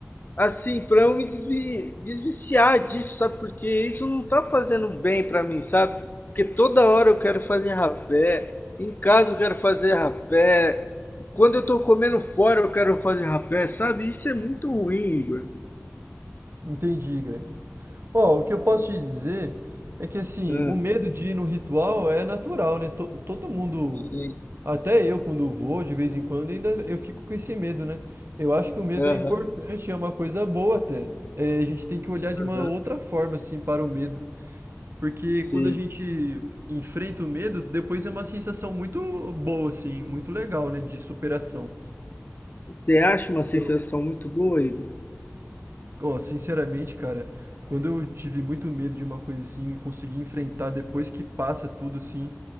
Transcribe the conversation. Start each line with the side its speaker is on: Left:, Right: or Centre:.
Left: assim, para eu me desvi- desviciar disso, sabe? Porque isso não tá fazendo bem para mim, sabe? Porque toda hora eu quero fazer rapé, em casa eu quero fazer rapé, quando eu tô comendo fora eu quero fazer rapé, sabe? Isso é muito ruim, Igor.
Right: Entendi, Greg. Ó, o que eu posso te dizer é que assim,
Left: Ah,
Right: o medo de ir no ritual é natural, né? To- Todo mundo,
Left: sim.
Right: até eu quando vou de vez em quando, ainda eu fico com esse medo, né? Eu acho que o medo
Left: Aham,
Right: é importante, é uma coisa boa até. É, a gente tem que olhar de uma
Left: aham,
Right: outra forma assim para o medo, porque
Left: sim.
Right: quando a gente enfrenta o medo, depois é uma sensação muito boa assim, muito legal, né, de superação.
Left: Você acha uma
Right: Então,
Left: sensação muito boa, Igor?
Right: Ó, sinceramente, cara, quando eu tive muito medo de uma coisa assim e consegui enfrentar depois que passa tudo assim,